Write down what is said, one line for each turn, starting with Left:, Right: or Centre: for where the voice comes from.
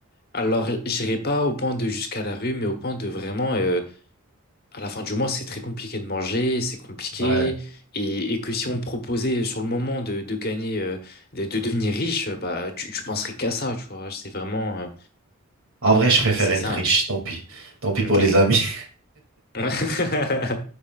Left: alors, j'irai pas au point de jusqu'à la rue, mais au point de vraiment euh, à la fin du mois, c'est très compliqué de manger, c'est compliqué,
Right: Ouais.
Left: et, et que si on te proposait sur le moment de, de gagner, euh, de, de devenir riche, euh, bah tu, tu penserais qu'à ça, tu vois. C'est vraiment, euh,
Right: En vrai, je préfère
Left: c'est
Right: être
Left: ça.
Right: riche. Tant pis. Tant pis pour
Left: Ok.
Right: les amis. <laughs>
Left: Ouais. <laughs>